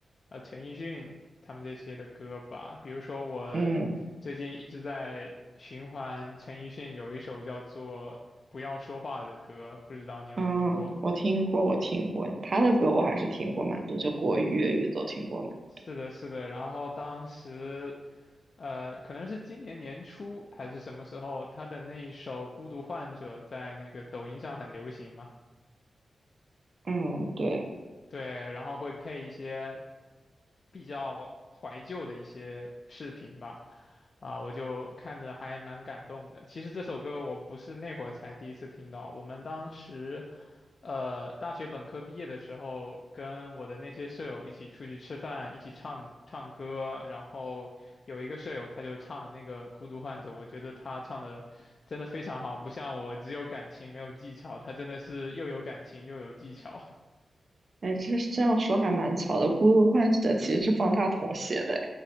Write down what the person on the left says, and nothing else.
呃陈奕迅他们这些的歌吧，比如说我最近一直在循环陈奕迅有一首叫做《不要说话》的歌，
不知道你有没有听过？
是的，是的。然后当时，呃，可能是今年年初还是什么时候，他的那一首《孤独患者》在那个抖音上很流行嘛。
对，然后会配一些比较怀旧的一些视频吧，啊，我就看着还蛮感动的。其实这首歌我不是那会儿才第一次听到，我们当时，呃，大学本科毕业的时候，跟我的那些舍友一起出去吃饭，一起唱唱歌，然后有一个舍友他就唱了那个《孤独患者》，我觉得他唱的真的非常好，不像我只有感情没有技巧，他真的是又有感情又有技巧。